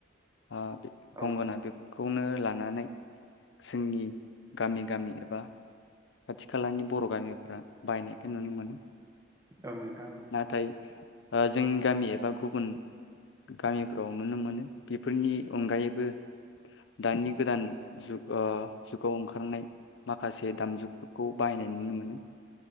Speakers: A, on the left; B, on the right.
A: आ
B: औ
A: गंगोना बे खौनो लानो नानै जोंनि गामि गामि एबा खाथि खालानि बर' गामिफोरा बाहायनायखौ नुनो मोनो
B: औ नोंथां
A: नाथाय जोंनि गामि एबा गुबुन गामिफ्राव नुनो मोनो बेफोरनि अनगायैबो दानि गोदान जुग ओ जुगाव ओंखारनाय माखासे दामजुगफोरखौ बाहायनाय नुनो मोनो